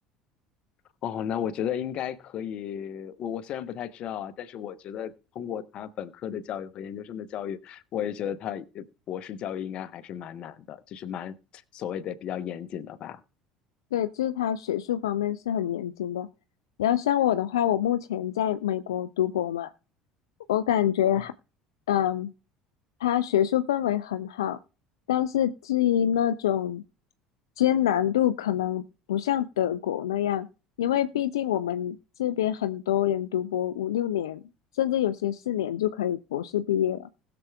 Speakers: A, on the left (about 45°); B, on the left (about 70°).
A: 哦，那我觉得应该可以。我我虽然不太知道啊，但是我觉得通过他本科的教育和研究生的教育，我也觉得他呃博士教育应该还是蛮难的，就是蛮所谓的比较严谨的吧。
B: 对，就是他学术方面是很严谨的。然后像我的话，我目前在美国读博嘛，我感觉还，
A: 哦，
B: 嗯，他学术氛围很好，但是至于那种艰难度，可能不像德国那样，因为毕竟我们这边很多人读博五六年，甚至有些四年就可以博士毕业了。